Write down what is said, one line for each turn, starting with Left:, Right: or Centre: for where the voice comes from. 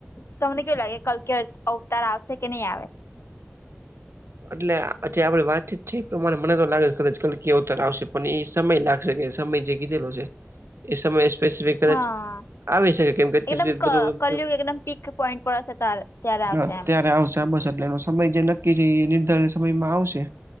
Left: તમને કેવું લાગે? કલ્કિ અર અવતાર આવશે કે નઈ આવે?
Right: એટલે, આ જે આપડે વાતચીત છે એ પ્રમાણે મને તો લાગે છે કદાચ કલ્કિ અવતાર આવશે પણ, એ સમય લાગ શે કે સમય જે કીધેલો છે, એ સમયે સ્પેસફિક કદાચ
Left: હા
Right: આવી શકે કેમ કે, ત્યાર
Left: એકદમ
Right: બધું,
Left: ક કલયુગ એકદમ પીક પોઈન્ટ પર હશે ત્યારે આવશે
Right: અત્યારે
Left: એમ
Right: આવશે. બસ, એટલે એનો સમય જે નક્કી છે એ નિર્ધારિત સમયમાં આવશે.